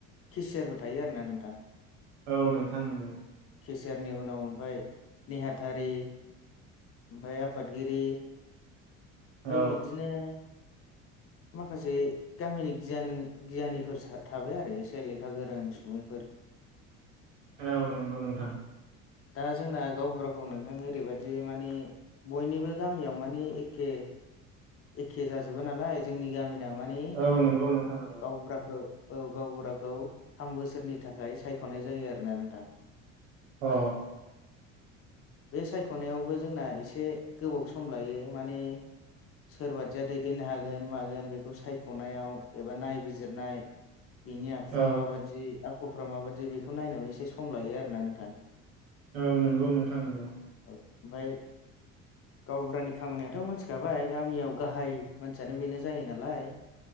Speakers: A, on the left; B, on the right.
A: केसियारबो थायो आरोना नोंथां।
B: औ नोंथां नोंगौ
A: केसियारनि उनाव ओमफाय नेहाथारि ओमफाय आफादगिरि ओमफाय
B: औ
A: बिदिनो माखासे गामिनि गियान गियानिफोर सा थाबाय आरो एसे लेखा गोरों सुबुंफोर
B: औ नंगौ नोंथां
A: दा जोंना गावबुराखौ नोंथां ओरैबायदि माने बयनिबो गामियाव मानिे एखे एखे जाजोबा नालाय जोंनि गामिना मानिे
B: औ नंगौ नोंथां नंगौ
A: गावबुराखौ औ गावबुराखौ थाम बोसोरनि थाखाय सायख'नाय जायो आरो ना नोंथां।
B: अ।
A: बे सायख'नायावबो जोंना एसे गोबाव सम लायो माने सोरबादिया दैदेननो हागोन मागोन बेखौ सायख'नायाव एबा नायबिजिरनाय बिनि आखुवा
B: औ
A: माबादि आखलफ्रा माबादि बेखौ नायाव एसे सम लायो आरोना नोंथां।
B: औ नंगौ नोंथां नंगौ।
A: ओमफाय गावबुरानि खामानियाथ' मोनथिखाबाय गामियाव गाहाय मानसियानो बेनो जायो नालाय